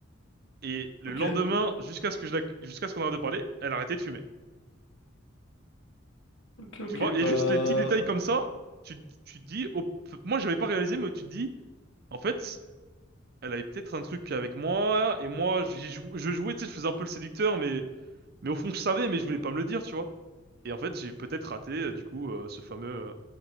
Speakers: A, on the right; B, on the left.
A: Et le
B: ok,
A: lendemain, jusqu'à ce que je, la- jusqu'à ce qu'on arrête de parler, elle arrêtait de fumer.
B: ok,
A: Tu
B: ok.
A: vois, et
B: Bah.
A: juste les petits détails comme ça, tu, tu te dis, oh, p- moi, j'avais pas réalisé, mais tu te dis, en fait, elle avait peut-être un truc avec moi, et moi, j'y jou- je jouais, tu sais, je faisais un peu le séducteur, mais, mais au fond, je savais, mais je voulais pas me le dire, tu vois. Et en fait, j'ai peut-être raté, euh, du coup, euh, ce fameux,